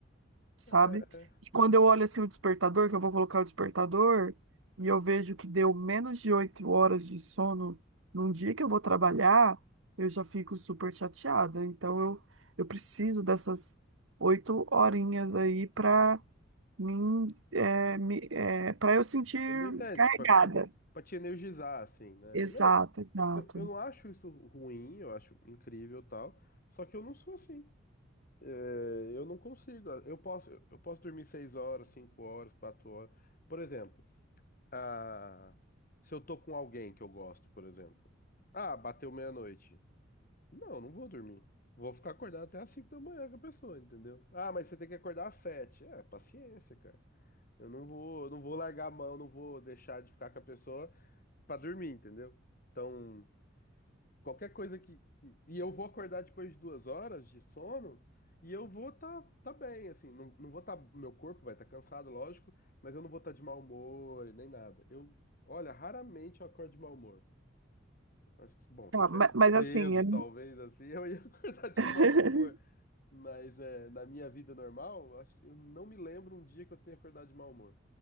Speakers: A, on the right; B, on the left.
A: sabe?
B: é,
A: E quando eu olho assim o despertador, que eu vou colocar o despertador, e eu vejo que deu menos de oito horas de sono num dia que eu vou trabalhar, eu já fico super chateada. Então eu, eu preciso dessas oito horinhas aí para mim, é, me, é, para eu sentir
B: ener- é
A: carregada.
B: pra, pra- pra te energizar, assim, né?
A: Exato,
B: Não,
A: exato.
B: eu, eu não acho isso ruim, eu acho incrível e tal, só que eu não sou assim. É, eu não consigo. Eu posso, eu posso dormir seis horas, cinco horas, quatro horas. Por exemplo, ah, se eu tô com alguém que eu gosto, por exemplo. Ah, bateu meia-noite. Não, não vou dormir. Vou ficar acordado até às cinco da manhã com a pessoa, entendeu? Ah, mas você tem que acordar às sete. É, paciência, cara. Eu não vou, eu não vou largar a mão, não vou deixar de ficar com a pessoa pra dormir, entendeu? Então, Qualquer coisa que. que- E eu vou acordar depois de duas horas de sono e eu vou tá, tá bem, assim. Não, não vou tá. Meu corpo vai estar tá cansado, lógico, mas eu não vou estar tá de mau humor e nem nada. Eu, olha, raramente eu acordo de mau humor. Acho que, bom, se
A: Tá,
B: eu tivesse
A: ma- mas,
B: preso,
A: assim, é-
B: talvez, assim, <laughs> eu ia acordar de
A: <laughs>
B: mau humor. Mas é, na minha vida normal, eu acho, eu não me lembro um dia que eu tenha acordado de mau humor.